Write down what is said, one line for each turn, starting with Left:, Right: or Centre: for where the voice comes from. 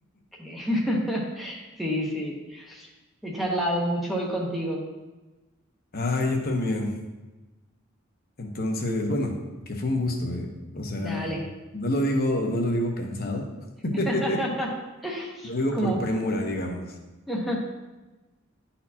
Centre: que... <laughs> Sí, sí. He charlado mucho hoy contigo.
Left: Ah, yo también. Entonces, bueno, que fue un gusto, ¿eh? O sea,
Centre: Dale.
Left: no lo digo, no lo digo cansado, <laughs>
Centre: <laughs>
Left: lo digo
Centre: ¿Cómo?
Left: por premura, digamos.
Centre: <laughs>